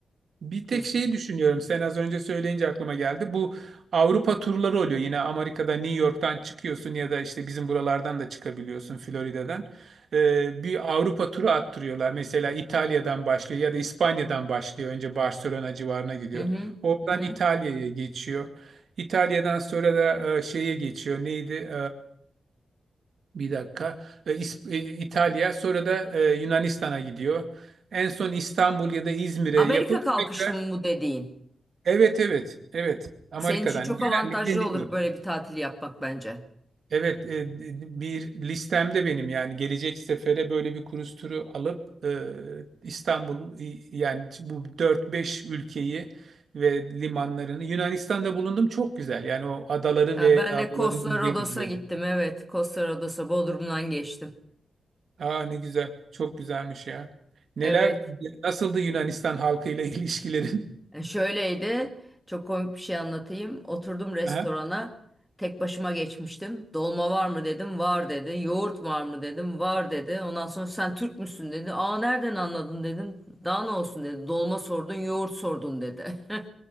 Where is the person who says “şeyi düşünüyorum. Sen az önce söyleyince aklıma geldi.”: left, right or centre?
Right